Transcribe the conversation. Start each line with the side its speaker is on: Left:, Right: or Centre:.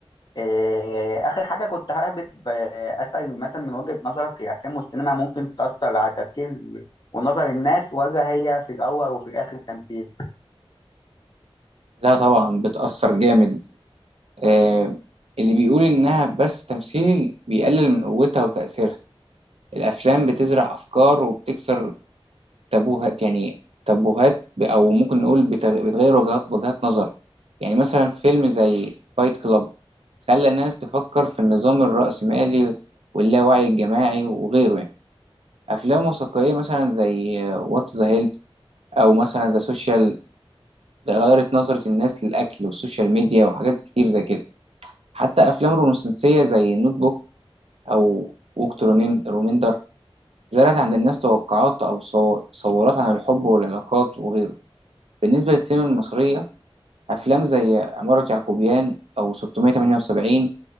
Left: آه، آخر حاجة كنت حابب آه، أسأل مثلا من وجهة نظرك الأفلام والسينما ممكن تأثر على تفكير ونظر الناس ولا هي في الأول وفي الآخر تمثيل
Right: لا طبعا بتأثر جامد آه... اللي بيقول إنها بس تمثيل بيقلل من قوتها وتأثيرها الأفلام بتزرع أفكار وبتكسر تابوهات يعني تابوهات ب- او ممكن نقول بتغ- بتغير وجهات وجهات نظر يعني مثلا فيلم زي فايت كلاب خلى الناس تفكر في النظام الرأسمالي واللاوعي الجماعي وغيره يعني افلام وثائقية مثلا زي واتس ذا هيلز او مثلا ذا سوشيال غيرت نظرة الناس للاكل والسوشيال ميديا وحاجات كتير زي كده حتى افلام رومانسية زي نوت بوك او ووك تو ريمين- ريميندر زرعت عند الناس توقعات او صو- تصورات عن الحب والعلاقات وغيره بالنسبة للسينما المصرية أفلام زي عمارة يعقوبيان أو 678